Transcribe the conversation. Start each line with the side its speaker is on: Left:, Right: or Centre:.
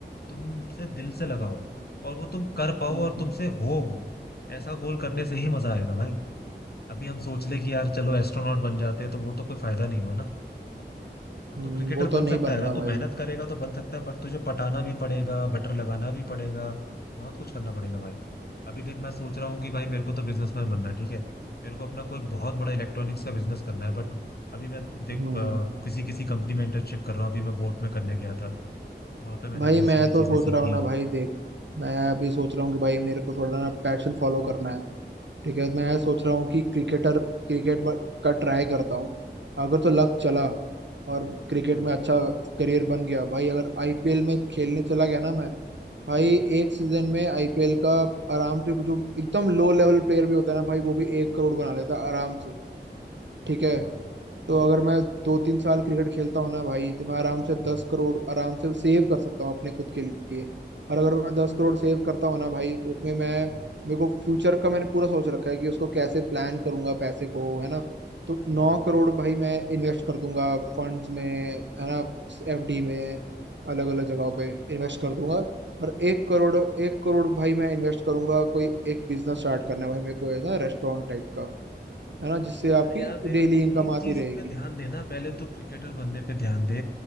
Left: तुमसे दिल से लगा हो और वो तुम कर पाओ
Right: हम्म
Left: और तुमसे हो वो ऐसा गोल करने से ही मजा आएगा भाई अभी हम सोच ले कि यार चलो एस्ट्रोनॉट बन जाते हैं तो वो तो कोई फायदा नहीं हुआ ना तो
Right: हम्म,
Left: तू क्रिकेटर
Right: वो तो
Left: बन
Right: नहीं
Left: सकता
Right: बनना
Left: है अगर तू
Right: भाई
Left: मेहनत करेगा तो बन सकता है बट तुझे पटाना भी पड़ेगा बटर लगाना भी पड़ेगा बहुत कुछ करना पड़ेगा भाई अभी देख मैं सोच रहा हूँ कि भाई मेरे को तो बिजनेसमैन बनना है ठीक है मेरे को अपना कोई बहुत बड़ा इलेक्ट्रॉनिक्स का बिजनेस करना है बट अभी मैं देख
Right: हम्म
Left: ब- किसी किसी कंपनी में इंटर्नशिप कर रहा हूँ अभी मैं बोट में करने गया था वहां पे मैंने
Right: भाई
Left: बहुत
Right: मैं
Left: सारी
Right: तो
Left: चीजें
Right: सोच
Left: सीखी
Right: रहा हूँ ना भाई देख मैं अभी सोच रहा हूँ कि भाई मेरे को थोड़ा ना पैशन फॉलो करना है ठीक है मैं सोच रहा हूँ कि क्रिकेटर क्रिकेट का ट्राई करता हूँ अगर तो लक चला और क्रिकेट
Left: अच्छा
Right: में अच्छा करियर बन गया भाई अगर आईपीएल में खेलने चला गया ना मैं भाई
Left: हम्म
Right: एक सीजन में आईपीएल का आराम से कुछ जो एकदम लो लेवल प्लेयर भी होता है ना भाई वो भी एक करोड़ बना लेता है आराम से ठीक
Left: अच्छा
Right: है
Left: हाँ,
Right: तो अगर मैं दो तीन साल क्रिकेट खेलता हूँ ना भाई तो मैं आराम से
Left: हम्म
Right: दस करोड़ आराम से सेव कर सकता हूँ अपने खुद के लिए और अगर मैं दस करोड़ सेव करता हूँ ना भाई तो उसमें मैं
Left: हम्म
Right: मेरे को फ्यूचर का मैंने पूरा सोच रखा है कि उसको कैसे प्लान करूंगा पैसे को है ना तो नौ
Left: हम्म, हम्म,
Right: करोड़ भाई मैं इन्वेस्ट कर दूंगा फंड्स में है ना एफडी में अलग अलग जगहों
Left: अच्छा
Right: पे इन्वेस्ट कर दूंगा और एक करोड़ एक करोड़ भाई मैं इन्वेस्ट करूंगा कोई एक बिजनेस स्टार्ट करना है भाई मेरे को है ना रेस्टोरेंट टाइप का है ना जिससे आपकी
Left: अरे यार देख
Right: डेली इनकम
Left: एक चीज
Right: आती रहेगी
Left: पे ध्यान देना पहले तू क्रिकेटर बनने पे ध्यान दे